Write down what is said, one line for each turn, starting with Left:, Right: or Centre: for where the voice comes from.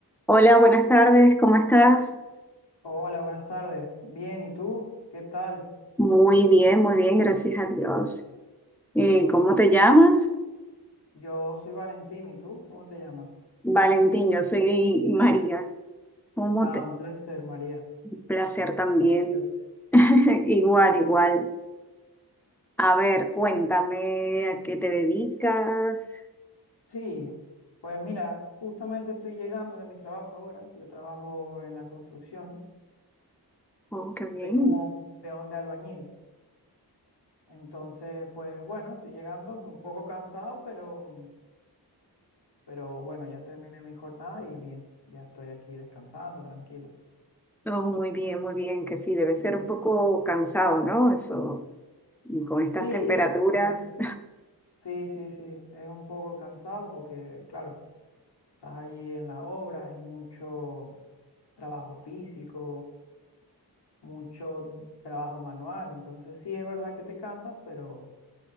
Centre: Hola, buenas tardes, ¿cómo estás?
Left: Hola, buenas tardes. Bien, ¿y tú? ¿Qué tal?
Centre: Muy bien, muy bien, gracias a Dios. Eh,
Left: Qué bueno.
Centre: ¿cómo te llamas?
Left: Yo soy Valentín, ¿y tú? ¿Cómo te llamas?
Centre: Valentín, yo soy María. ¿Cómo
Left: Ah,
Centre: te...
Left: un placer, María.
Centre: placer
Left: Gusto
Centre: también.
Left: en conocerte.
Centre: <laughs> Igual, igual. A ver, cuéntame a qué te dedicas.
Left: Sí, pues mira, justamente estoy llegando de mi trabajo ahora. Yo trabajo en la construcción.
Centre: Oh, qué bien.
Left: Estoy como peón de albañil. Entonces, pues bueno, estoy llegando un poco cansado, pero, pero bueno, ya terminé mi jornada y bien, ya estoy aquí descansando, tranquilo.
Centre: Oh, muy bien, muy bien, que sí, debe
Left: Ujú.
Centre: ser un poco cansado, ¿no? Eso, con estas
Left: Sí,
Centre: temperaturas.
Left: eh, Sí, sí, sí, es un poco cansado porque, claro, estás allí en la obra, hay mucho trabajo físico, mucho trabajo manual, entonces sí es verdad que te cansas, pero